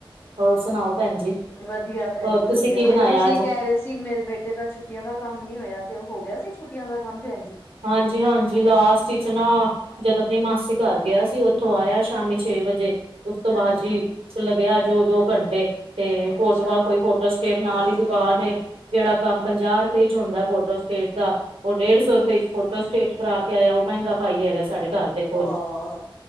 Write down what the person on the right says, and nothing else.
ਹੋਰ ਸੁਣਾਓ ਭੈਣ ਜੀ।
ਹੋਰ
ਤੁਸੀਂ ਕੀ ਬਣਾਇਆ
ਅੱਜ
ਹਾਂਜੀ, ਹਾਂਜੀ। ਲਾਸਟ ਵਿਚ ਨਾ। ਜਦੋਂ ਆਪਣੀ ਮਾਸੀ ਘਰ ਗਿਆ ਸੀ ਉੱਥੋਂ ਆਇਆ ਸ਼ਾਮੀ ਛੇ ਵਜੇ। ਉਸ ਤੋਂ ਬਾਅਦ
ਜੀ ਲੱਗਿਆ ਜੋ ਦੋ ਘੰਟੇ ਤੇ ਫੋਟੋ
ਕੋਈ ਫੋੋਟੋ ਸਟੇਟ ਨਾਲ ਹੀ ਦੁਕਾਨ ਜਿਹੜਾ ਕੰਮ ਪੰਜਾਹ ਰੁਪਏ ਚ ਹੁੰਦਾ ਫੋਟੋ ਸਟੇਟ ਦਾ ਉਹ ਡੇਢ ਸੌ ਰੁਪਏ ਚ। ਫੋਟੋ ਸਟੇਟ ਕਰਾ ਕੇ ਆਇਆ ਉਹ ਮਹਿੰਗਾ ਭਾਈ ਹੈਗਾ ਸਾਡੇ ਘਰ ਦੇ ਕੋਲ।